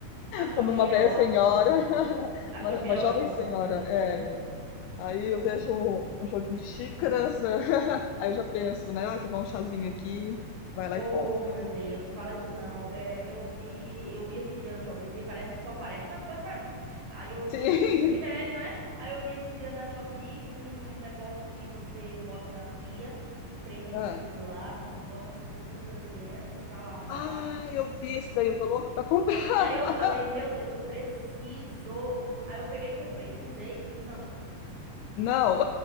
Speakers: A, on the right; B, on the left.
A: A Shopee
B: como uma
A: é
B: velha
A: ótima.
B: senhora, <laughs>
A: A Shopee
B: uma, uma
A: é ótima
B: jovem senhora,
A: pra comprar essas
B: é.
A: coisas.
B: Aí eu vejo um, um joguinho de xícaras, <laughs> aí eu já penso, né? Ai, tomar um chazinho aqui, vai lá
A: Oh,
B: e compra.
A: meu Deus, não fala isso não. É, eu vi, eu vi esses dias na Shopee, porque parece que só aparece essas coisas pra mim. Aí eu vi
B: Sim.
A: esses dias, <laughs> é,
B: <laughs>
A: não é? Aí eu vi esses dias na Shopee um negócio que você bota na pia e prende dos
B: Ah,
A: dois lados e bota as frutas dentro pra lavar.
B: Ah, eu vi esse daí, eu tô louca pra comprar.
A: E,
B: <laughs>
A: e aí eu falei, meu Deus, eu preciso. Aí eu peguei e comprei. Usei? Não.
B: Não.